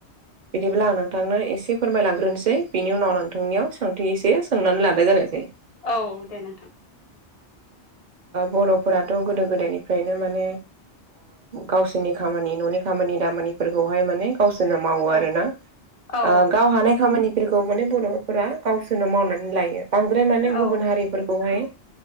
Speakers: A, on the right; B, on the left.
A: बिदिबो लानो नोंथांनो एसे फोरमायलांग्रोनोसै बिनि उनाव नोंथांनियाव सोंथि एसे सोंनानै लानाय जानायसै
B: औ दे नोंथां
A: बर'फोराथ' गोदो गोदायनिफ्रायनो माने गावसोरनि खामानि न'नि खामानि दामानिफोरखौहाय माने गावसोरनो मावो
B: औ
A: आरोना
B: औ
A: गाव हानाय खामानिफोरखौ माने बर'फोरा गावसोरनो मावनानै लायो। बांद्राय माने
B: औ
A: गुबुन हारिफोरखौहाय